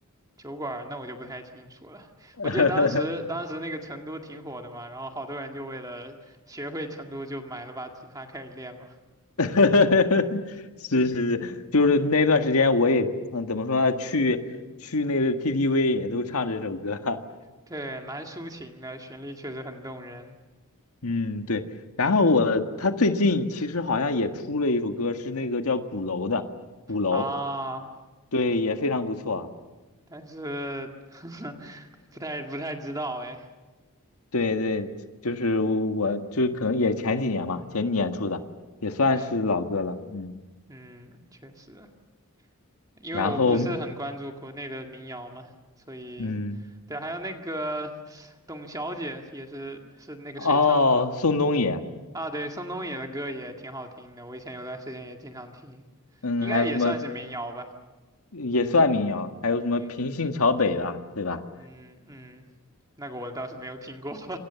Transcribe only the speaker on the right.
酒馆儿那我就不太清楚了。
我记得当时当时那个成都挺火的嘛，然后好多人就为了学会成都就买了把吉他开始练嘛，
对，蛮抒情的，旋律确实很动人。
啊，
但是 <laughs> 不太不太知道哎。
对，
嗯，确实，因为我不是很关注国内的民谣嘛，
所以
对，还有那个董小姐也是是那个谁唱的吗？
啊，对，宋冬野的歌也挺好听的，我以前有段时间也经常听，
应该也算是民谣吧。
对，
嗯嗯，那个我倒是没有听过 <laughs>